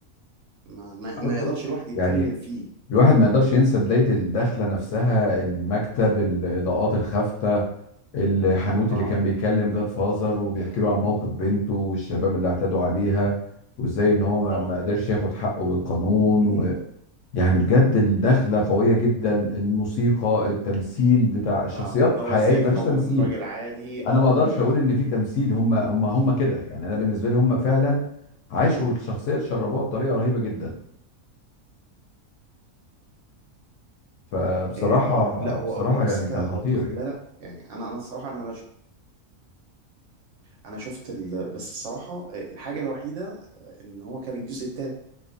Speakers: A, on the right; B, on the left.
A: ما, ما, ما
B: اول جزء
A: يقدرش الواحد يتكلم
B: يعني
A: فيه
B: الواحد ما يقدرش ينسى بداية الدخلة نفسها المكتب الإضاءات الخافتة الحنوتي
A: اه
B: اللي كان بيكلم جاد فازر وبيحكي له عن موقف بنته والشباب اللي اعتدوا عليها وازاي ان هو ما
A: اه
B: ما قدرش ياخد حقه بالقانون
A: امم
B: و... يعني بجد الدخلة قوية جدا الموسيقى التمثيل بتاع الشخصيات
A: اه ان هو
B: حقيقي
A: ازاي اتحول
B: ما فيش تمثيل
A: من راجل عادي اه
B: انا ما اقدرش
A: لراجل
B: اقول
A: أخ-
B: ان في
A: امم
B: تمثيل هم هم هم كده يعني انا بالنسبة لي هم فعلا عاشوا
A: ما
B: الشخصية تشربوها بطريقة رهيبة جدا فبصراحة
A: إيه اه لا
B: بصراحة
A: هو هو بس
B: يعني
A: انت
B: كان خطير
A: لو تاخد
B: يعني
A: بالك يعني انا انا الصراحه انا لا شو انا شفت ال... بس الصراحه آه، الحاجه الوحيده آه، ان هو كان الجزء التالت